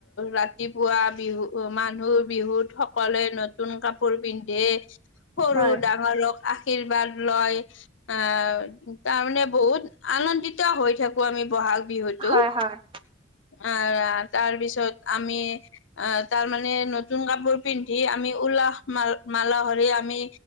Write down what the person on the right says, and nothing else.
হয়
হয় হয়